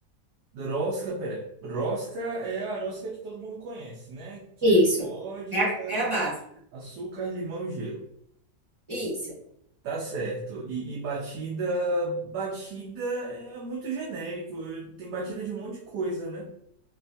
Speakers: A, on the right; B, on the right.
A: Rosca, pera. Rosca é a rosca que todo mundo conhece, né? Que
B: Isso.
A: é vodka,
B: É a, é a base.
A: açúcar, limão e gelo.
B: Isso.
A: Tá certo. E, e batida, batida é muito genérico. Tem batida de um monte de coisa, né?